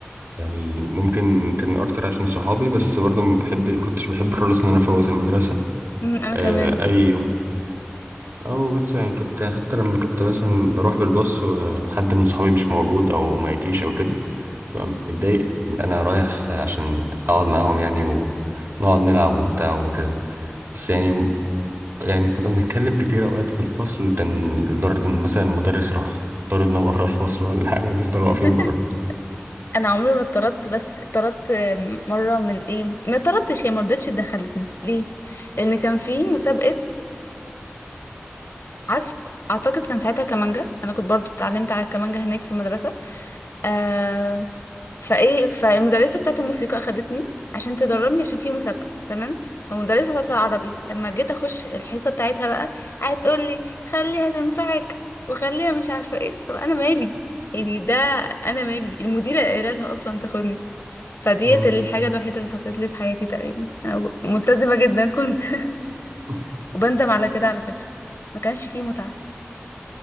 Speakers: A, on the right; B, on the left.
A: يعني ممكن كان أكتر عشان صحابي بس برضه ما بحب كنتش بحب خالص إن أنا أفوت المدرسة
B: مم، انا
A: آه،
B: كمان
A: أي يوم او بس يعني كنت حتى لما كنت مثلا بروح بالباص وحد من صحابي مش موجود او ما يجيش او كده ببقى متضايق انا رايح عشان اقعد معاهم يعني ونقعد نلعب وبتاع وكده بس يعني يعني كنا بنتكلم كتير اوقات في الفصل كان لدرجة ان مثلا المدرس راح طردنا بره الفصل ولا حاجة نفضل واقفين
B: <laughs>
A: بره
B: انا عمري ما اتطردت بس اتطردت آم، مره من ايه ما اتطردتش هي ما رضتش دخلتني ليه لان كان في مسابقه عزف اعتقد كان ساعتها كمانجا انا كنت برضو اتعلمت على الكمانجا هناك في المدرسه آه فايه فالمدرسه بتاعت الموسيقى اخدتني عشان تدربني عشان في مسابقه تمام فالمدرسه بتاعت العربي لما جيت اخش الحصه بتاعتها بقى قعدت تقول لي خليها تنفعك وخليها مش عارفه ايه طب انا مالي يعني ده انا مالي المديره اللي قايله لها اصلا تاخدني فديت
A: مم.
B: الحاجه الوحيده اللي حصلت لي في حياتي تقريبا انا ملتزمه جدا كنت
A: <laughs>
B: <laughs> وبندم على كده على فكره ما كانش فيه متعه